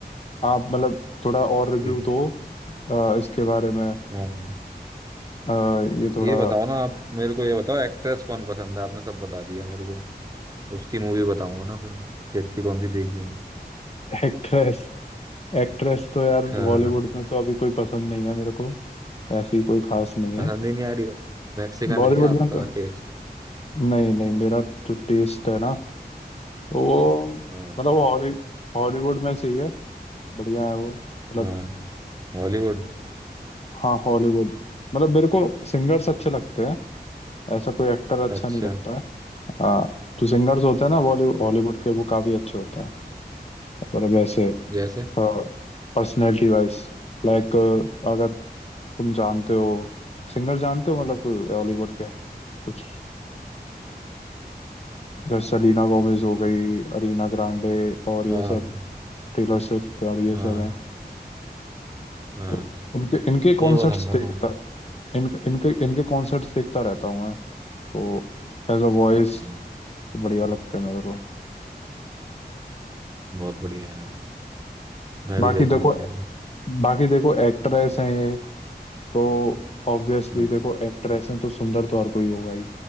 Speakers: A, on the left (about 40°); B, on the right (about 20°).
A: आप मतलब थोड़ा और रिव्यू
B: ठीक है
A: दो आ, इसके बारे में
B: हाँ, हाँ।
A: आ, ये थोड़ा
B: ये बताओ ना आप मेरे को ये बताओ एक्ट्रेस कौन पसंद है आपने सब बता दिया मेरे को उसकी मूवी बताऊंगा ना फिर मैं कि अच्छी कौन सी देखी है
A: एक्ट्रेस एक्ट्रेस तो यार
B: हाँ,
A: बॉलीवुड
B: हाँ, हाँ।
A: में तो अभी कोई पसंद नहीं है मेरे को ऐसी कोई खास नहीं है
B: पसंद ही नहीं आ रही मैक्सिकन
A: बॉलीवुड
B: है क्या आपका
A: में तो
B: टेस्ट
A: नहीं नहीं मेरा जो टेस्ट है ना वो
B: हाँ
A: मतलब हॉली हॉलीवुड में से ही है बढ़िया है वो मतलब
B: हाँ हॉलीवुड
A: हाँ हॉलीवुड मतलब मेरे को सिंगर्स अच्छे लगते हैं ऐसा कोई एक्टर अच्छा
B: अच्छा
A: नहीं लगता है हाँ जो सिंगर्स होते हैं
B: अच्छा
A: ना बॉलीवुड हॉलीवुड के वो काफी अच्छे होते हैं मतलब ऐसे
B: जैसे
A: पर्सनैलिटी वाइज लाइक अगर तुम जानते हो सिंगर जानते हो मतलब कोई
B: हाँ
A: हॉलीवुड के कुछ जैसे सेलिना गोमेज हो गई अरीना ग्रांडे और ये
B: हाँ
A: सब टेलर स्विफ्ट और ये
B: हाँ
A: सब हैं
B: हाँ
A: तो इनके इनके
B: ये
A: कॉन्सर्ट्स
B: पसंद है
A: देखता
B: ना
A: इन इनके इनके कॉन्सर्ट्स देखता रहता हूँ मैं तो एज अ वॉइस
B: अच्छा
A: बढ़िया लगते हैं मेरे को
B: बहुत बढ़िया है मैं
A: बाकी
B: भी देखूंगा
A: देखो
B: तो
A: बाकी देखो एक्ट्रेस
B: हम्म,
A: हैं ये, तो ऑब्वियसली
B: हाँ
A: देखो एक्ट्रेस हैं तो सुंदर तो हर कोई होगा ही